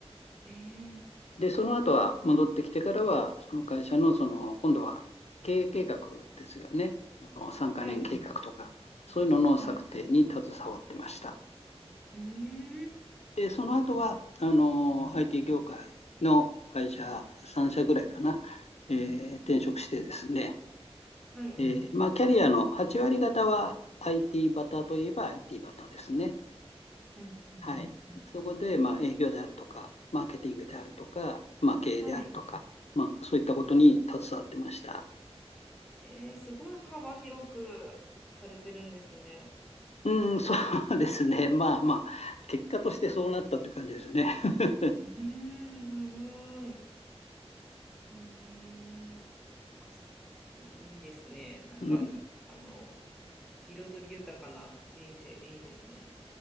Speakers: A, in the centre; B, on the left.
A: ええ
B: で、その後は戻ってきてからは、その会社の、その、今度は経営計画ですよね。あの、3カ年計画とか、
A: はい。
B: そういうのの策定に携わってました。
A: はい。うーん。
B: で、その後は、あの、IT 業界の会社3社ぐらいかな、えー転職してですね、
A: はい。
B: えーまあ、キャリアの8割方は IT バターといえば IT バターですね。
A: うん。うん。
B: はい。
A: うん。うん
B: そこで、まあ、営業であるとか、マーケティングであるとか、まあ、経営であるとか、
A: はい。
B: まあ、そういったことに携わってました。
A: ええすごい幅広くされてるんですね。
B: うん、そうですね。<laughs> まあまあ、結果としてそうなったという感じですね。<laughs>
A: うーん、すごい。ええそっかそっか。いい、いいですね。なんかい、
B: うん、
A: あの、彩り豊かな人生でいいですね。